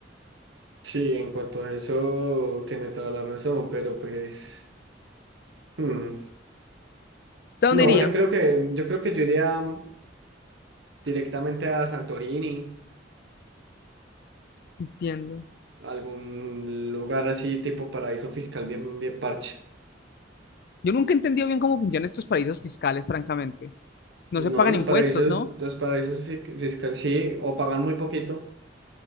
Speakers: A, on the right (about 75°); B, on the left (about 55°).
A: Sí, en cuanto a eso, tiene toda la razón, pero pues, hmm,
B: ¿De dónde
A: No,
B: iría?
A: yo creo que, yo creo que yo iría mm, directamente a Santorini,
B: Entiendo.
A: algún lugar así tipo paraíso fiscal bien, bien parche.
B: Yo nunca he entendido bien cómo funcionan estos paraísos fiscales, francamente. No
A: No,
B: se pagan
A: los
B: impuestos,
A: paraísos,
B: ¿no?
A: los paraísos fiscales sí, o pagan muy poquito.